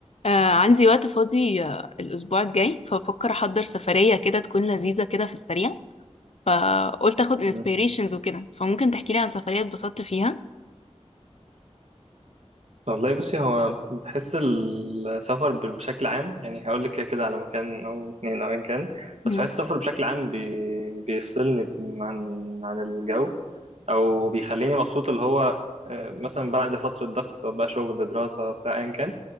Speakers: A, on the left; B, on the right.
A: آه عندي وقت فاضي آه الأسبوع الجاي ففكر أحضر سفرية كده تكون لذيذة كده في السريع فقلت أخد
B: مم.
A: inspirations وكده فممكن تحكيلي عن سفرية اتبسطت فيها
B: والله بصي هو بحس السفر ب- بشكل عام يعني هقول لك كده كده على مكان او اتنين او ايا كان
A: مم.
B: بس بحس السفر بشكل عام بي... بيفصلني عن عن الجو او بيخليني مبسوط اللي هو آه، مثلا بعد فترة ضغط سواء بقى شغل دراسة بتاع ايا كان